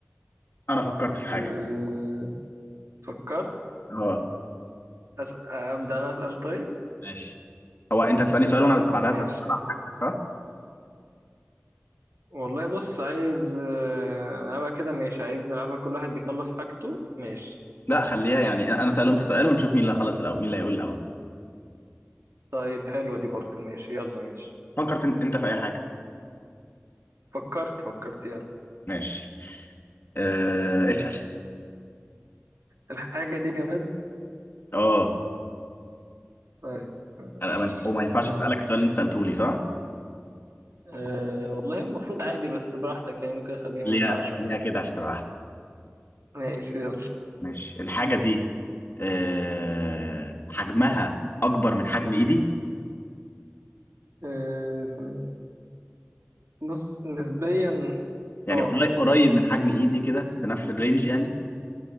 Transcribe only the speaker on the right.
أه... فكرت
أس... أبدأ أنا أسأل طيب
ماشي
والله بص عايز آه، نلعبها كده ماشي عايز نلعبها كل واحد بيخلص حاجته ماشي
طيب حلوة دي برضه ماشي يلا ماشي
فكرت فكرت يلا
الحاجة دي جماد
طيب ماشي
أه
أه والله المفروض عادي بس براحتك يعني ممكن خليه
ما ينفعش اه
ماشي يلا
أه بص نسبيا
اه